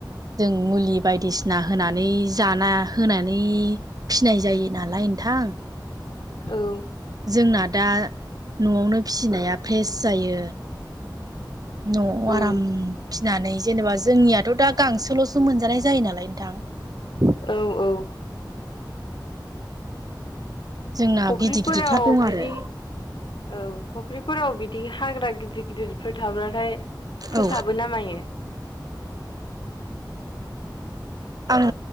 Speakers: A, on the right; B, on the left.
A: जों मुलि बायदिसिना होनानै जाना होनानै बे फिनाय जायो नालाय नोंथां
B: औ
A: जोंना दा न'आवनो फिसिनाया फ्रेस जायो न'आव आराम
B: औ
A: फिनानै जेनेबा जोंनिया थ' दा गांसोल'सो मोनजानाय जायो नालाय नोंथां
B: औ औ
A: जोंना
B: फख्रिफोराव
A: गिदिर गिदिरथार दं
B: बिदि
A: आरो
B: औ फख्रिफोराव बिदि हाग्रा गिदिर गिदिरफोर थाब्लाथाय फोसाबो
A: औ
B: ना मायो
A: आं